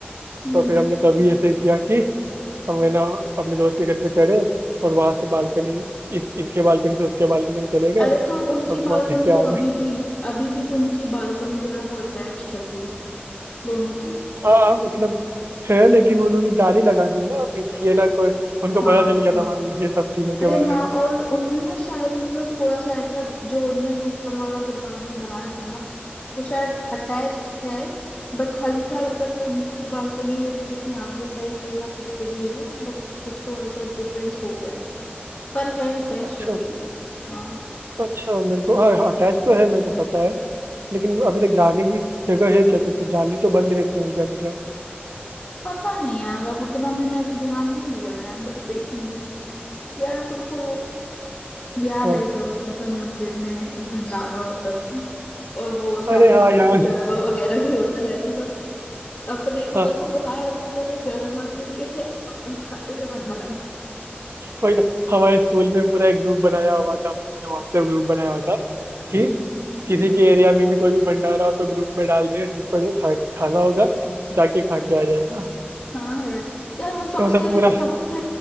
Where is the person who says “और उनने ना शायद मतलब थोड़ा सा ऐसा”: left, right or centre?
Left